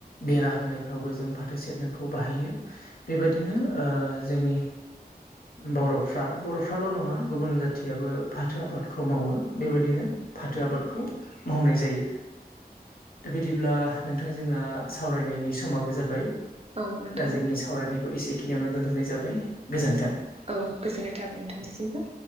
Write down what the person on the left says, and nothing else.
बेरा होनायफ्रावबो जों फाथो सेरनाखौ बाहायो बेबायदिनो जोंनि बर'फ्रा बर'फ्राल' नङा गुबुन जाथियाबो फाथो आबादखौ मावो बेबायदिनो फाथो आबादखौ मावनाय जायो दा बिदिब्ला नोंथां जोंना सावरायनायनि समाबो जाबाय
दा जोंनि सावरायनाय बे खौ एसेखिनियावनो दोनथ'नाय जाबाय गोजोन्थों।